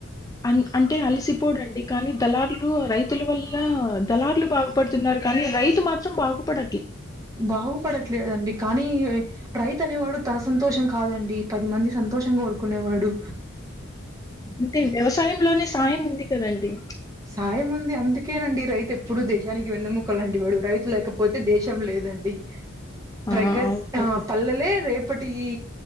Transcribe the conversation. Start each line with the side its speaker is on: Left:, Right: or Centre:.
Left: అ అంటే అలసిపోడండి కానీ దళారులు రైతుల వల్ల దళార్లు బాగుపడుతున్నారు కానీ రైతు మాత్రం బాగుపడ
Right: బాగుపడట్లేదండి కానీ రైతు అనేవాడు తన సంతోషం కాదండి పది మంది సంతోషంగా కోరుకునేవాడు
Left: అంటే వ్యవసాయంలోనే సాయం ఉంది కదండి
Right: సాయం ఉంది అందుకేనండి రైతు ఎప్పుడు దేశానికి వెన్నుముక లాంటి వాడు రైతు లేకపోతే దేశం లేదు లేదండి
Left: ఆ!
Right: ప్రగ
Left: అవునండి.
Right: ఆ పల్లలే రేపటి ఈ